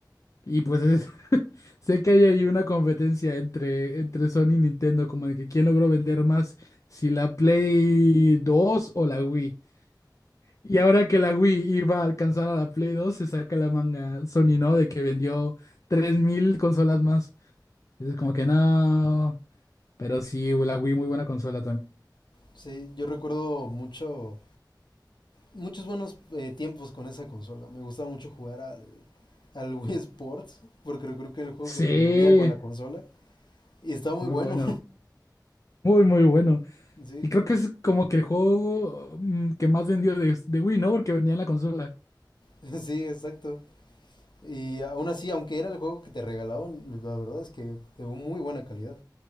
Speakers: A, on the left; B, on the left.
A: y pues es- <laughs> sé que hay ahí una competencia entre, entre Sony y Nintendo, como de que quién logró vender más, si la Play dos o la Wii. Y ahora que la Wii iba a alcanzar a la Play dos se saca la manga Sony, ¿no? De que vendió 3.000 consolas más. Entonces como que no, pero sí, la Wii muy buena consola
B: sí, yo recuerdo mucho, muchos buenos eh, tiempos con esa consola. Me gustaba mucho jugar al, al Wii Sports, porque recuerdo que era el juego
A: Sí,
B: que te venía con la consola, y estaba muy
A: muy
B: bueno,
A: bueno, muy, muy bueno.
B: <laughs>
A: Y
B: sí.
A: creo que es como que el juego mm, que más vendió de, de Wii, ¿no? Porque venía en la consola.
B: <laughs> Sí, exacto. Y aún así, aunque era el juego que te regalaban, la verdad es que de muy buena calidad.